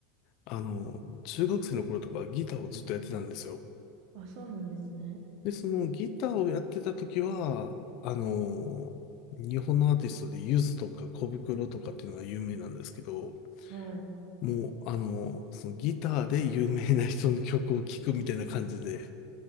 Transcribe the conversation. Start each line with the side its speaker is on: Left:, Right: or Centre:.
Left: あの、中学生の頃とかギターをずっとやってたんですよ。
Right: あ、そうなんですね。
Left: で、そのギターをやってた時は、あの、日本のアーティストでゆずとか小袋とかっていうのが有名なんですけど、
Right: はい。
Left: もうあの、そのギターで有名な人の曲を聴くみたいな感じで、